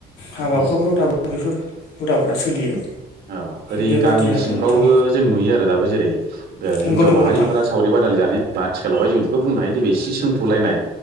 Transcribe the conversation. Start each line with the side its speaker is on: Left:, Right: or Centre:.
Left: हाबा
Right: उम
Left: हुखाफोराव दाबो बेफोर हुदाफोरा सोलियो।
Right: औ ओरै
Left: बेबायदि
Right: गामि
Left: आरो
Right: सिंफ्रावबो
Left: नोंथां
Right: जों नुयो आरो दाबो जेरै
Left: नंगौ
Right: हिनजाव
Left: नंगौ
Right: माहारिफोरा
Left: नोंथां
Right: सावरि बादालि जानाय आथिखालावहाय जों बेखौ बुंनो हायो सिस सोंथलायनाय